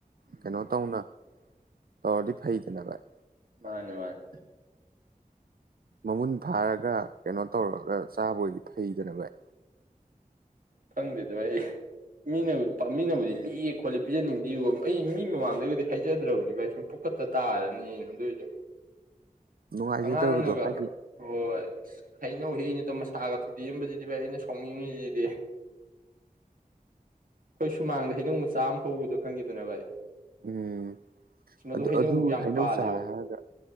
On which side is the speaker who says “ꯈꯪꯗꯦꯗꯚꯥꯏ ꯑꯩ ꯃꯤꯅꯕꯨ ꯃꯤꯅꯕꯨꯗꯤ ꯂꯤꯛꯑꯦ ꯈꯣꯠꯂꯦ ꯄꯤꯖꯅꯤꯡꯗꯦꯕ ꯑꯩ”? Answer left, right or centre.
Right